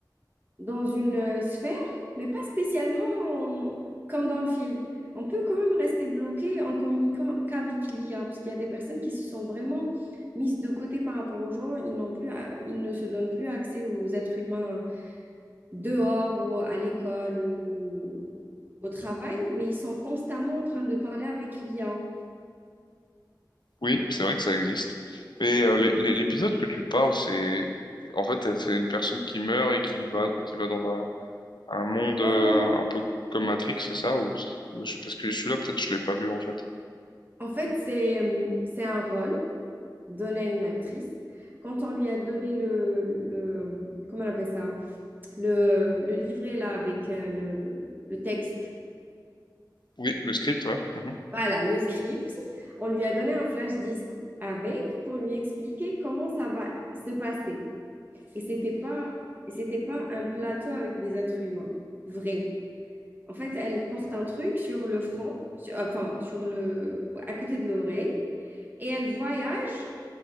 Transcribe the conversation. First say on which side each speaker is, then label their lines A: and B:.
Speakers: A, on the right; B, on the left.
A: dans une euh, sphère, mais pas spécialement en- comme dans le film. On peut quand même rester bloqué en communiquant qu'avec l'IA, parce qu'il y a des personnes qui se sont vraiment mises de côté par rapport aux gens. Ils n'ont plus, à- ils ne se donnent plus accès aux êtres humains dehors ou à l'école ou au travail, mais ils sont constamment en train de parler avec l'IA.
B: Oui, c'est vrai que ça existe. Et euh, l'é- l'é- l'épisode que tu parles, c'est en fait elle- c'est une personne qui meurt et qui va qui va dans un un monde
A: Non,
B: euh,
A: non.
B: un peu comme Matrix, c'est ça ou je- parce que celui-là peut-être je l'ai pas vu en fait.
A: En fait, c'est, euh, c'est un rôle donné à une actrice. Quand on lui a donné le, le comment on appelle ça? Le, le livret là avec euh, le, le texte,
B: Oui, le script, ouais. Mhm.
A: voilà, le script, on lui a donné un flash disque avec pour lui expliquer comment ça va se passer. Et c'était pas, et c'était pas un plateau avec des êtres humains, vrai. En fait, elle porte un truc sur le front, sur- enfin, sur le, à côté de l'oreille, et elle voyage